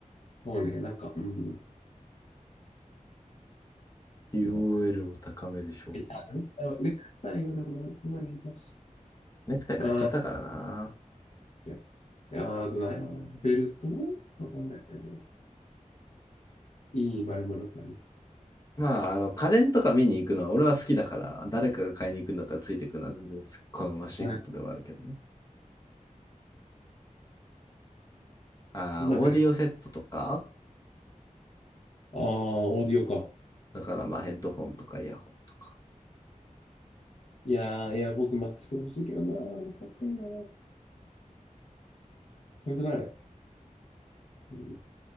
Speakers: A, on the left; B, on the left.
A: そうね、なんか、うん。
B: QOL
A: なんか
B: を高める商品。
A: えあネクタイはね、ネクタイはでもなんかないだし。
B: ネクタイ買っちゃったからな。
A: あーですよいやー、あとないわな。ベルトわかんない。うんいい丸々かいい。
B: まあ、あの、家電とか見に行くのは俺は好きだから、誰かが買いに行くんだったらついていくのは全然好ましいことではあるけどね。
A: はい。
B: ああ、
A: 今から。
B: オーディオセットとか、
A: ああ、オーディオか。
B: だからまあヘッドホンとかイヤホンとか。
A: いやー、エアポッズマックスプロ欲しいけどなー。かっこいいなー。それとなあれ。うん。